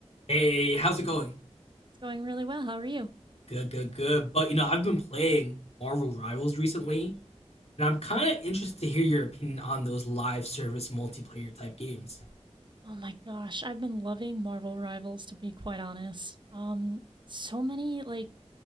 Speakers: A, on the left; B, on the right.
A: Hey, how's it going?
B: It's going really well. How are you?
A: Good, good, good. But you know, I've been playing Marvel Rivals recently, and I'm kind of interested to hear your opinion on those live service multiplayer type games.
B: Oh my gosh, I've been loving Marvel Rivals to be quite honest. Um so many like